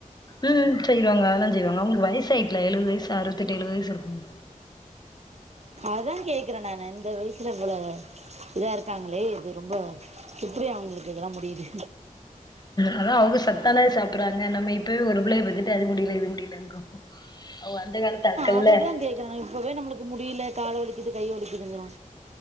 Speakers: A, on the left (about 30°); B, on the right (about 50°).
A: ம் செய்வாங்க அதெலாஞ்செய்வாங்க அவுங்களுக்கு வயசாயிட்டுல எழுவது வயசு அறுபத்த எட்டு எழுவது வயசு இருக்குல
B: அதா கேக்குற நானு இந்த வயசுல இவ்ளோ இதா இருக்காங்களே இது ரொம்போ எப்டி அவங்களுக்கு இதெல்லா முடியுது
A: அதா அவங்க சத்தானது சாப்றாங்க நம்ம இப்பவே ஒரு புள்ளைய பெத்துட்டு அது முடியல இது முடியலங்கோ அவக அந்த காலத்து ஆட்கள்ல
B: அதுதா கேக்குற இப்பவே நம்மளுக்கு முடியல காலு வலிக்குது கை வலிக்குதுங்கிறோ